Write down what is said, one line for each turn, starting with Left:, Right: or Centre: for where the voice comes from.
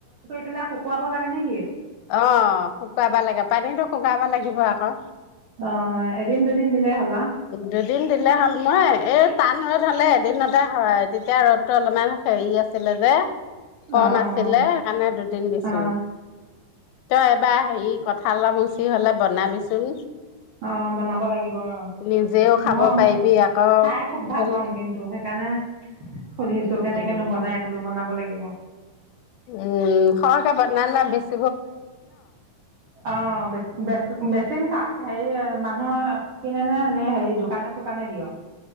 Right: পেলাই শুকুৱাব লাগে নেকি
Left: অ', শুকুৱাব লাগে পানীতো শুকাবা লাগে। দিব আকৌ,
Right: অ ', এদিন। দুদিন দিলে হ'লা
Left: দুদিন দিলে হল মই এ', টান ৰ'দ হ'লে এদিনতে হয়, তেতিয়া ৰ'দতটো অলপমান হেৰি আছিলে যে', কম
Right: অ
Left: আছিলে
Right: অ
Left: সেইকাৰণে দুদিন দিছো,
Right: অ
Left: তই এবাৰ হেৰি কথা অলপ। ফ্ৰী হ'লে বনাবিচোন,
Right: অ', বনাব লাগিব। ব',
Left: নিজেও খাব
Right: মই
Left: পাৰিবি আকৌ
Right: খাই খুব ভাল
Left: হ'ল
Right: পাওঁ কিন্তু, সেইকাৰণে। সুধিছো কেনেকেনো
Left: উম,
Right: বনাই বোলো বনাব লাগিব,
Left: উম, খৰকে বনালে বেছি।
Right: অ', বেচ -বেছিম কাক? হেৰি মানুহৰ কিনে নে ', হেৰি দোকানে- -চোকানে দিয়?